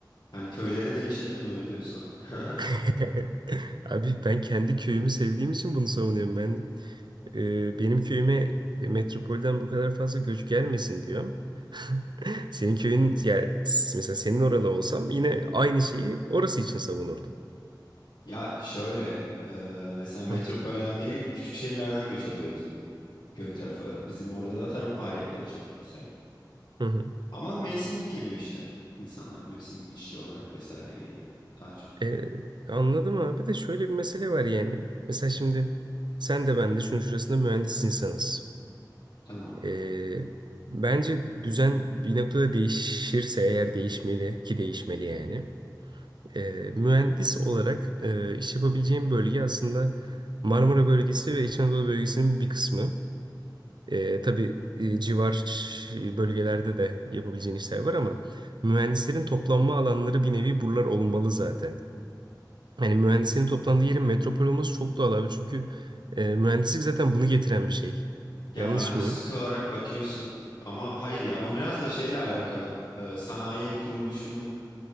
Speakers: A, on the left; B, on the right.
A: Hani köyleri değişelim öyle diyorsan. <laughs>
B: <laughs> Abi ben kendi köyümü sevdiğim için bunu savunuyorum ben. Ee, benim köyüme e, metropolden bu kadar fazla göç gelmesin diyorum. <laughs> Senin köyün yani s- mesela senin oralı olsam yine aynı şeyi orası için savunurdum.
A: Ya şöyle, e, mesela metropolden
B: Hı
A: değil küçük şehirlerden göç alıyor bizim. köy tarafı. Bizim orada da tarım faaliyetleri çok yüksek.
B: hı. hı.
A: Ama mevsimlik geliyor işte. İnsanlar mevsimlik işçi olarak vesaire geliyor daha çok.
B: Ee, anladım abi de şöyle bir mesele var yani. Mesela şimdi sen de ben de şunun şurasında mühendis insanız.
A: Tamam.
B: Ee, bence düzen bir noktada değişirse eğer değişmeli ki değişmeli yani. E, mühendis olarak e, iş yapabileceğim bölge aslında Marmara bölgesi ve İç Anadolu bölgesinin bir kısmı. E, tabii e, civar bölgelerde de yapabileceğin işler var ama mühendislerin toplanma alanları bir nevi buralar olmalı zaten. Yani mühendislerin toplandığı yerin metropol olması çok doğal abi çünkü e, mühendislik zaten bunu getiren bir şey.
A: Ya
B: Yanlış
A: mühendislik
B: mıyım?
A: olarak bakıyorsun ama hayır ya bu biraz da şeyle alakalı. Ee, sanayi kuruluşunun